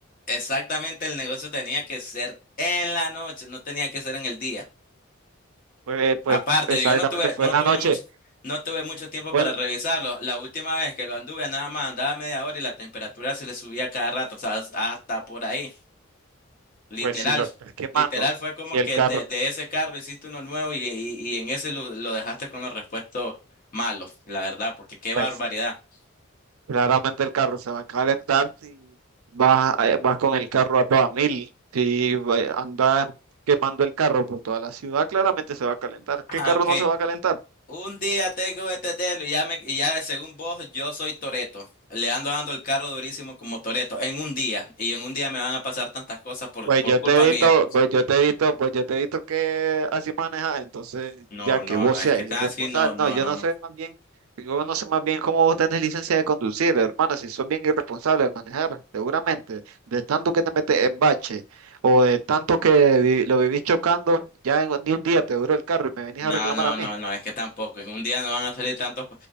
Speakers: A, on the left; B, on the right.
A: exactamente el negocio tenía que ser en la noche, no tenía que ser en el día.
B: pues, pues
A: Aparte,
B: exactamente
A: yo no tuve,
B: fue
A: no
B: en la
A: tuve
B: noche,
A: mucho, no tuve mucho tiempo
B: pues,
A: para revisarlo. La última vez que lo anduve, nada más andaba media hora y la temperatura se le subía cada rato, o sea, hasta por ahí. Literal,
B: pues si lo estás quemando,
A: literal fue como
B: si el
A: que
B: carro...
A: de, de ese carro hiciste uno nuevo y, y, y en ese lo, lo dejaste con los repuestos malos, la verdad, porque qué
B: pues
A: barbaridad. <laughs>
B: Claramente el carro se va a calentar si vas, eh, vas con el carro a toda mil. Si va- anda quemando el carro por toda la ciudad, claramente se va a calentar.
A: Ah,
B: ¿Qué carro
A: ok.
B: no se va a calentar?
A: Un día tengo este dedo y ya, me, y ya según vos, yo soy Toreto. Le ando dando el carro durísimo como Toreto en un día. Y en un día me van a pasar tantas cosas por,
B: Pues
A: por
B: yo
A: culpa
B: te he visto,
A: mía.
B: pues yo te he visto, pues yo te he visto que así manejas, entonces
A: No,
B: ya que
A: no,
B: vos
A: no,
B: seas
A: es que
B: irresponsable,
A: está así, no, no,
B: no, yo
A: no,
B: no
A: no.
B: sé más bien, yo no sé más bien cómo vos tenés licencia de conducir, hermano, si sos bien irresponsable al manejar, seguramente, de tanto que te metes en bache o de tanto que vi- lo vivís chocando, ya en- ni un día te duró el carro y me venís
A: No,
B: a reclamar
A: no,
B: a mí.
A: no, no, es que tampoco. En un día no van a salir tantos,